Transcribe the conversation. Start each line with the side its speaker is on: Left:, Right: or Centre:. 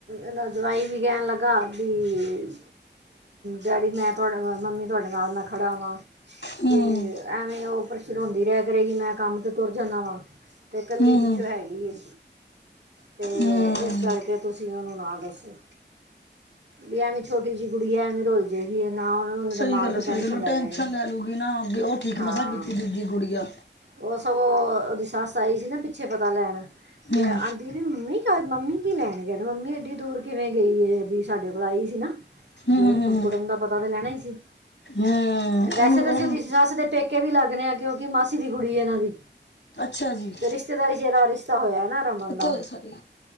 Right: ਏਦਾ ਜਵਾਈ ਵੀ ਕਹਿਣ ਲੱਗਾ ਬੀ ਡੈਡੀ ਮੈਂ ਤੁਹਾਡੇ ਨਾ, ਮੰਮੀ ਤੁਹਾਡੇ ਨਾਲ ਮੈਂ ਖੜ੍ਹਾਵਾਂ,
Left: ਹੂੰ
Right: ਵੀ ਐਵੇਂ ਈ ਔਹ ਪ੍ਰਸ਼ੇ ਰੋਂਦੀ ਰੇਹਾ ਕਰੇਗੀ, ਮੈਂ ਕੰਮ ਤੇ ਤੁਰ ਜਾਨ੍ਹਾਂ ਵਾ, ਤੇ ਕੱਲੀ
Left: ਹੂੰ
Right: ਹੈ ਈ ਏ, ਤੇ
Left: ਹੂੰ
Right: ਇਸ ਕਰਕੇ ਤੁਸੀਂ ਔਨੂੰ ਨਾ ਦੱਸੋ। ਵੀ ਐਵੇਂ ਛੋਟੀ ਜੀ ਗੁੜੀਆਂ ਐ, ਐਵੇਂ ਰੁਲ ਜੇਹ ਵੀ ਐ, ਨਾ ਉਹਨੂੰ ਨਾ
Left: ਸਹੀ
Right: ਦਿਮਾਗ
Left: ਗੱਲ ਹੈ
Right: ਦੀ
Left: ਸਹੀ
Right: ਟੈਂਸ਼ਨ
Left: ਗੱਲ ਹੈ
Right: ਲੈ
Left: ਟੈਨਸ਼ਨ
Right: ਲੈਣੀ,
Left: ਲੈ ਲੂਗੀ ਨਾ ਅੱਗੇ ਉਹ ਠੀਕ
Right: ਹਾਂ।
Left: ਮਸਾਂ ਕੀਤੀ ਦੂਜੀ ਗੁੜੀਆ
Right: ਔਹ ਸਗੋਂ, ਉਹਦੀ ਸਾਸ ਆਈ ਸੀ ਨਾ ਪਿੱਛੇ ਪਤਾ ਲੈਣ, ਤੇ
Left: ਹੂੰ
Right: ਆਂਦੀ ਵੀ ਮੰਮੀ ਕਾ, ਮੰਮੀ ਕੀ ਲੈਣ ਗਏ ਨੇ? ਮੰਮੀ ਏਡੀ ਦੂਰ ਕਿਵੇਂ ਗਈ ਏ? ਬੀ ਸਾਡੇ ਕੋਲ ਆਈ ਸੀ ਨਾ। <unintelligible>
Left: ਹੂੰ ਹੂੰ ਹੂੰ
Right: ਕੁੜਮ ਦਾ ਪਤਾ ਤੇ ਲੈਣਾ ਈ ਸੀ।
Left: ਹੂੰ
Right: ਵੈਸੇ
Left: ਉਹਨੂੰ ਉਹਨੂੰ
Right: ਤੇ ਅਸੀਂ ਸੀ ਉਹਦੀ ਸ ਸਾਸ ਦੇ ਪੇ ਕੇ ਵੀ ਲੱਗਣੇ ਆ, ਕਿਉਂਕਿ ਮਾਸੀ ਦੀ ਕੁੜੀ ਏ ਏਨ੍ਹਾਂ ਦੀ।
Left: ਅੱਛਾ ਜੀ।
Right: ਅਤੇ ਰਿਸ਼ਤੇਦਾਰੀ ਚ ਏਦਾਂ ਰਿਸ਼ਤਾ ਹੋਇਆ ਨਾ। ਰਮਨ ਦਾ,
Left: ਧੋਏ ਸਾਰੇ